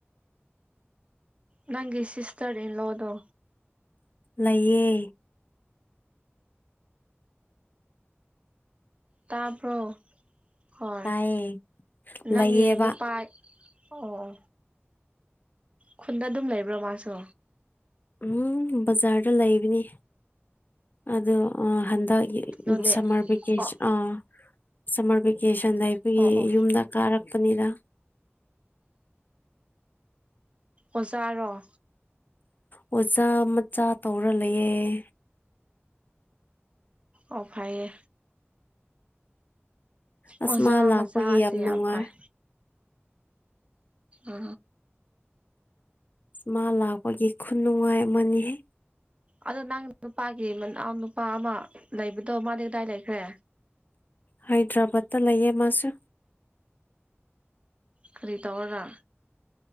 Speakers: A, on the right (about 25°); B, on the left (about 45°).
A: ꯅꯪꯒꯤ ꯁꯁꯇꯔ ꯏꯟ ꯂꯣꯗ
B: ꯂꯩꯌꯦ
A: ꯇꯥꯕ꯭ꯔꯣ ꯍꯣꯏ
B: ꯇꯥꯏꯌꯦ
A: ꯅꯪꯒꯤ
B: ꯂꯩꯌꯦꯕ
A: ꯅꯨꯄꯥ ꯑꯣ ꯈꯨꯟꯗ ꯑꯗꯨꯝ ꯂꯩꯕ꯭ꯔꯣ ꯃꯥꯁꯨ
B: ꯎꯝ ꯕꯖꯥꯔꯗ ꯂꯩꯕꯅꯤ ꯑ ꯍꯟꯗꯛ
A: ꯅꯣꯅꯦ
B: ꯁꯝꯃꯔ ꯚꯦꯀꯦꯁꯟ
A: ꯑꯣ
B: ꯑ ꯁꯝꯃꯔ ꯚꯦꯀꯦꯁꯟꯗ ꯑꯩꯈꯣꯏꯒꯤ
A: ꯑꯣ ꯑꯣ
B: ꯌꯨꯝꯗ ꯀꯥꯔꯛ ꯐꯗ
A: ꯑꯣꯖꯥꯣ
B: ꯑꯣꯖꯥ ꯃꯆꯥ ꯇꯧꯔ ꯂꯩꯌꯦꯦ
A: ꯑꯣꯐꯥꯏꯦ
B: ꯑꯁ
A: ꯑꯣꯖꯥ
B: ꯃꯥ ꯂꯥꯛꯄꯒꯤ
A: ꯃꯆꯥꯁꯤꯦ
B: ꯅꯨꯡꯉꯥꯏ
A: ꯌꯥꯝ ꯐꯩ ꯑ
B: ꯃꯥ ꯂꯥꯛꯄꯒꯤ ꯈꯨ ꯅꯨꯡꯉꯥꯏ ꯑꯃꯅꯤꯍꯦ
A: ꯑꯗꯣ ꯅꯪ ꯅꯨꯄꯥꯒꯤ ꯃ ꯅꯨꯄꯥ ꯑꯃ ꯂꯩꯕꯗꯣ ꯃꯥꯗꯤ ꯀꯗꯥꯏ ꯂꯩꯈ꯭ꯔꯦ
B: ꯍꯥꯏꯗ꯭ꯔꯕꯥꯗꯇ ꯂꯩꯌꯦ ꯃꯥꯁ
A: ꯈꯔꯤ ꯇꯧ꯭ꯔꯥ